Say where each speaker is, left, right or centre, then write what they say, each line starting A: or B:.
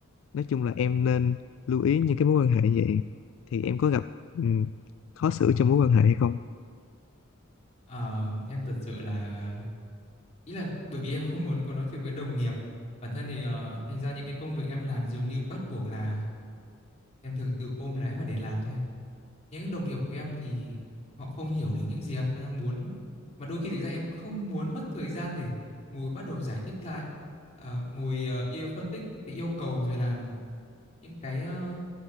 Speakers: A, on the left (about 70°); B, on the left (about 35°).
A: nói chung là em nên lưu ý những cái mối quan hệ như vậy thì em có gặp ừm, khó xử trong mối quan hệ hay không?
B: Ờ, em thật sự là ý là bởi vì em không muốn có nói chuyện với đồng nghiệp bản thân thì ờ, thành ra những cái công việc em làm dường như bắt buộc là em thường tự ôm lấy và để làm thôi những đồng nghiệp của em thì họ không hiểu được những gì em đang muốn mà đôi khi thực ra em không muốn mất thời gian để ngồi bắt đầu giải thích lại ờ, ngồi ờ, yêu phân tích cái yêu cầu rồi là những cái ờ,